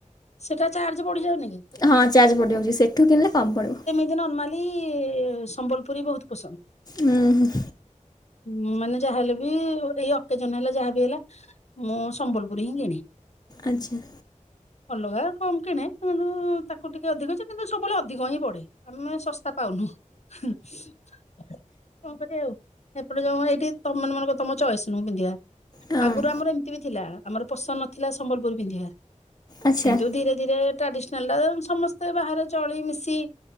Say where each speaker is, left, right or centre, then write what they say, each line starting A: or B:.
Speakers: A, on the left; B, on the left.
A: ସେଟା ଚାର୍ଜ ପଡ଼ି ଯାଉନି କି?
B: ହଁ ଚାର୍ଜ ପଡ଼ିଯାଉଛି ସେଠୁ କିଣିଲେ କମ ପଡ଼ିବ।
A: ନେଇ ନର୍ମାଲି ସମ୍ବଲପୁରୀ ବୋହୁତ ପସନ୍ଦ।
B: ଉଁ ହୁଁ।
A: ହୁଁ ମାନେ ଯାହାହେଲେ ବି ଏଇ ଅକେଜନ ହେଲା ଯାହାବି ହେଲା ମୁଁ ସମ୍ବଲପୁରୀ ହିଁ କିଣେ।
B: ଆଚ୍ଛା।
A: ଅଲଗା କମ କିଣେ ତାକୁ ଟିକେ ଅଧିକ ଅଛି କିନ୍ତୁ ସବୁବେଳେ ଅଧିକ ହିଁ ପଡେ। ଆମେ ଶସ୍ତା ପାଉନୁ। ହୁଁ। କଣ କରିବା ଆଉ ଏପଟେ ଯୋଉ ଏଇଠି ତମ ମାନ ତମ ଚଏସ୍ ନୁଁ ପିନ୍ଧିବା।
B: ହଁ
A: ଆଗରୁ ଆମର ଏମିତି ବି ଥିଲା ଆମର ପସନ୍ଦ ନଥିଲା ସମ୍ବଲପୁର ପିନ୍ଧିବା।
B: ଆଚ୍ଛା
A: କିନ୍ତୁ ଧୀରେ ଧୀରେ ଟ୍ରାଡିସନାଲ ଟା ସମସ୍ତେ ବାହାରେ ଚଳି ମିଶି